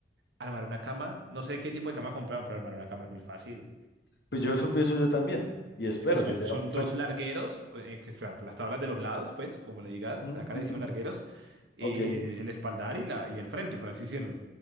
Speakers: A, on the right; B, on the left.
A: Armar una cama, no sé qué tipo de cama compraron, pero armar una cama es muy fácil.
B: pues yo eso pienso yo también, y espero
A: Es que son,
B: que sea...
A: son
B: un-
A: dos largueros, eh, que, o sea, las tablas de los lados, pues, como le digas,
B: Ujú,
A: acá
B: Sí,
A: le decimos
B: sí, sí.
A: largueros, y
B: Ok.
A: el espaldar y, la, y el frente, por así decirlo.